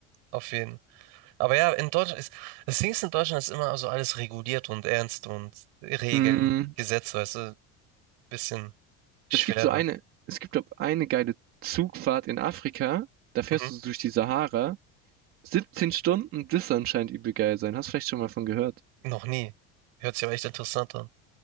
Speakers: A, on the right; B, on the right.
A: auf jeden. Aber ja, in Deutschland ist, das Ding ist, in Deutschland ist immer so alles reguliert und ernst und Regeln,
B: Mm,
A: Gesetze, weißt du, bisschen schwerer.
B: Es gibt so eine, es gibt doch eine geile Zugfahrt in Afrika. Da fährst
A: Mhm.
B: du so durch die Sahara. 17 Stunden, das soll anscheinend übel geil sein. Hast vielleicht schon mal von gehört.
A: Noch nie. Hört sich aber echt interessant an.